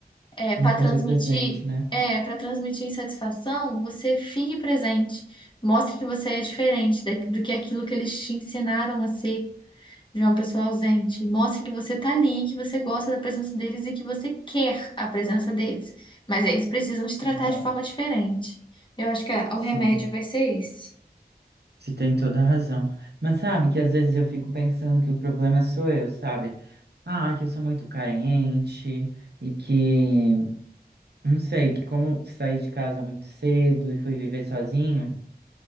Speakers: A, on the left; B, on the right.
A: é, para
B: Me fazer
A: transmitir,
B: presente, né?
A: é, para transmitir insatisfação, você fique presente. Mostre que você é diferente da- do que aquilo que eles te ensinaram a ser de uma pessoa ausente. Mostre que você tá ali, que você gosta da presença deles e que você quer a presença deles. Mas eles precisam te tratar
B: Exato.
A: de forma diferente. Eu acho que a- o
B: Sim,
A: remédio vai ser esse.
B: você tem toda a razão. Mas sabe que às vezes eu fico pensando que o problema sou eu, sabe? Ah, que eu sou muito carente e que Não sei, que como eu saí de casa muito cedo e fui viver sozinho,